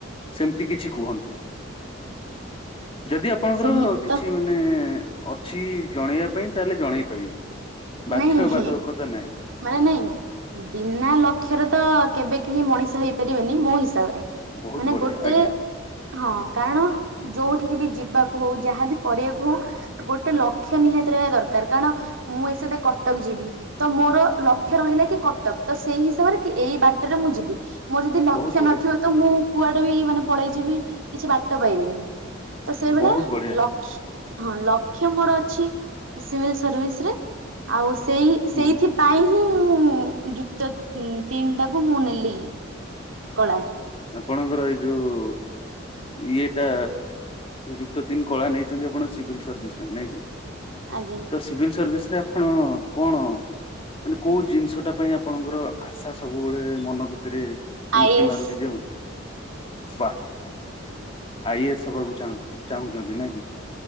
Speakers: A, on the left; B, on the right.
A: ସେମିତି କିଛି କୁହନ୍ତୁ, ଯଦି ଆପଣଙ୍କର
B: ସେମିତି
A: କିଛି
B: ତ
A: ମାନେ ମାନେ ଅଛି ଜଣେଇବା ପାଇଁ, ତାହେଲେ ଜଣେଇ ପାରିବେ। ବାଧ୍ୟ
B: ନାଈଁ
A: ବାଧକତା
B: ହିଁ।
A: ନାହିଁ
B: ମାନେ ନାଇଁ ବିନା ଲକ୍ଷ୍ୟରେ ତ କେବେ କେହି ମଣିଷ ହେଇପାରିବେନି ମୋ ହିସାବରେ।
A: ବହୁତ
B: ମାନେ
A: ବଢିଆ
B: ଗୋଟେ।
A: ଆଜ୍ଞା
B: ହଁ କାରଣ ଯୋଉଠିକି ବି ଯିବାକୁ ହଉ ଯାହାବି କରିବାକୁ ହଉ ଗୋଟେ ଲକ୍ଷ୍ୟ ନିହାତି ରହିବା ଦରକାର କାରଣ ମୁଁ ଏସହିତ କଟକ ଯିବି। ତ ମୋର ଲକ୍ଷ୍ୟ ରହିଲା କି କଟକ ତ ସେଇ ହିସାବରେ କି ଏଇ ବାଟରେ ମୁଁ ଯିବି। ମୋର ଯଦି ଲକ୍ଷ୍ୟ
A: ବହୁତ ବଢିଆ।
B: ନଥିବ ତ ମୁଁ କୁଆଡେ ବି ମାନେ ପଳେଇଯିବି କିଛି ବାଟ ପାଇବିନି। ତ, ସେଇଭଳିଆ
A: ବହୁତ ବଢିଆ
B: ଲକ୍ଷ ହଁ ଲକ୍ଷ୍ୟ ମୋର ଅଛି ସିଭିଲ ସର୍ଭିସ ରେ। ଆଉ ସେଇ ସେଇଥିପାଇ
A: ହୁଁ
B: ହିଁ, ମୁଁ ଯୁକ୍ତତିନ ଟାକୁ ମୁଁ ନେଲି। କଳା।
A: ଆପଣଙ୍କର ଏଇ ଯୋଉ ଇଏଟା। ଯୁକ୍ ତିନି କଳା ନେଇଛନ୍ତି ଆପଣ ସିଭିଲ୍ ସର୍ଭିସ ପାଇଁ ନାଇଁକ କି?
B: ଆଜ୍ଞା।
A: ତ ସିଭିଲ୍ ସର୍ଭିସ ରେ ଆପଣ କଣ? ମାନେ କୋଉ ଜିନିଷ ଟା ପାଇଁ ଆପଣଙ୍କର ଆଶା ସବୁବେଳେ ମନ ଭିତରେ।
B: ଆଇ
A: କି
B: ଏ
A: ମାରୁୁଛିି
B: ଏସ୍
A: ଯେମେ ବାଃ ଆ ଇ ଏସ୍ ହବାକୁ ଚାଁ ଚାହୁଁଛନ୍ତି ନଏକି।